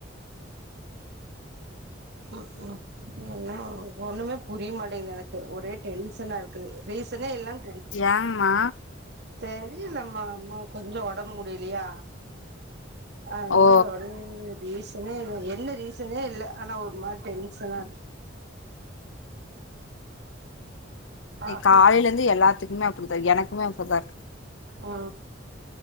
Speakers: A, on the right (about 60°); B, on the left (about 70°).
A: உம் உம் என்ன ஒண்ணுமே புரிய மாட்டேங்கது எனக்கு ஒரே டென்ஷனா இருக்குது ரீசனே இல்லாம்
B: ஏங்கமா
A: சேரி இல்லம்மா அம்மா கொஞ்சோ ஒடம்பு முடியிலீயா அதனால
B: ஓ
A: ஒரே ரீசனே இல் என்ன ரீசனே இல்ல ஆனா ஒரு மாரி டென்ஷனாருக் பாக்லா
B: நீ காலேல இருந்து எல்லாத்துக்குமே அப்டி தா எனக் குமே அப்டிதார்த்
A: அ